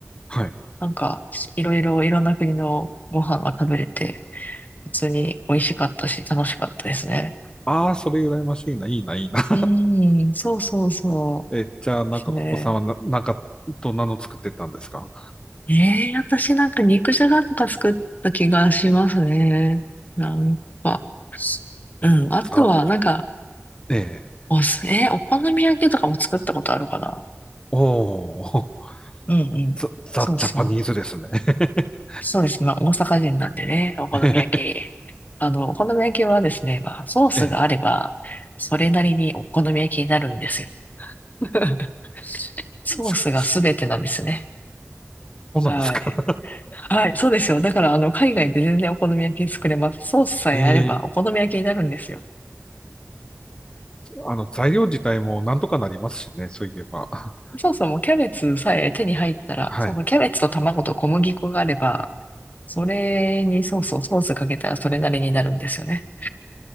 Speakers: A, on the left (about 20°); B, on the left (about 35°).
A: はい。
B: なんかいろいろいろんな国のご飯が食べれて、普通に美味しかったし楽しかったですね。
A: ああ、それ羨ましいな、いいな、いいな。<laughs>
B: うーん、そうそうそうですね。
A: え、じゃあ、なんか、ここさんはな、なんか、どんなの作ってたんですか
B: ええ私なんか肉じゃがとか作った気がしますね。なんかうん。あとは、
A: さ、
B: なんか、
A: ええ。
B: おす、えーお好み焼きとかも作ったことあるかな
A: おー、
B: うんうん。
A: <laughs> ザ、ザ・
B: そうそう。
A: ジャパニーズですね。<laughs>
B: そうです。まあ、大阪人なんでね、お好み焼き。
A: <laughs>
B: あの、お好み焼きはですね、まあ、ソースがあれば、
A: ええ
B: それなりにお好み焼きになるんですよ。<laughs> ソースが全てなんですね。
A: すすそうなんですか。
B: はい。
A: <laughs>
B: はい、そうですよ。だから、あの、海外で全然お好み焼き作れます。ソースさえあればお好み焼きになるんですよ。
A: え、ええあの、材料自体もなんとかなりますしね、そういえば。<laughs>
B: そうそう、もうキャベツさえ手に入ったら、
A: はい。
B: そうそう、キャベツと卵と小麦粉があれば、それに、そうそう、ソースかけたらそれなりになるんですよね。